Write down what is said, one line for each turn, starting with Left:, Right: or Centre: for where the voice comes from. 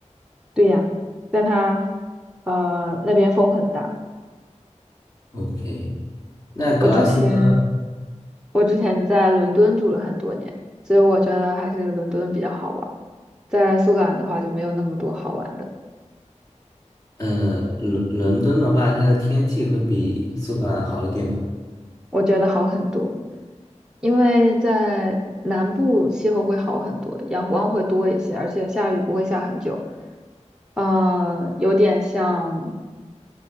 Centre: 对呀，但它呃那边风很大。
Left: OK。那格拉斯哥，
Centre: 我之前我之前在伦敦住了很多年，所以我觉得还是伦敦比较好玩。在苏格兰的话就没有那么多好玩的，
Left: 呃，伦伦敦的话，它的天气会比苏格兰好一点吗？
Centre: 我觉得好很多，因为在南部气候会好很多，阳光会多一些，而且下雨不会下很久。嗯、有点像